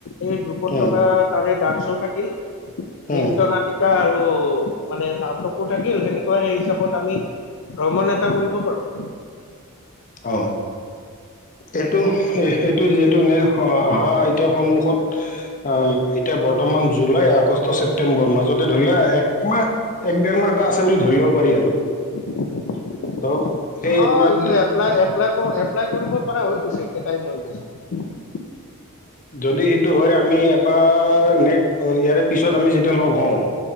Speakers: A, on the left (about 60°); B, on the left (about 35°).
A: এই গ্ৰুপত
B: উম,
A: থকা তাৰে ডান্সো থাকিল নৃত্য
B: উম,
A: নাটিকা আৰু মানে নাটকো থাকিল সেনেকুৱা সেই হিচাপত আমি ভ্ৰমণ এটা কৰিব পাৰো। <inaudible>
B: অ'। এইটো সেইটো যিহেতু <unintelligible> এতিয়া সন্মুখত আ এতিয়া বৰ্তমান জুলাই, আগষ্ট, ছেপ্তেম্বৰ মাজতে ধৰি লোৱা একমাহ এক দেৰ মাহ এটা আছে বুলি ধৰিব পাৰি আৰু।
A: <inaudible>
B: ত' সেই
A: অ
B: একমাৰ
A: এইটো এপ্লাই এপ্লাই ক এপ্লাই কৰিব পৰা হৈ গৈছে একে টাইম হৈ গৈছে।
B: যদি সেইটো হয় আমি এবাৰ নেক ইয়াৰে পিছত আমি যেতিয়া লগ হওঁ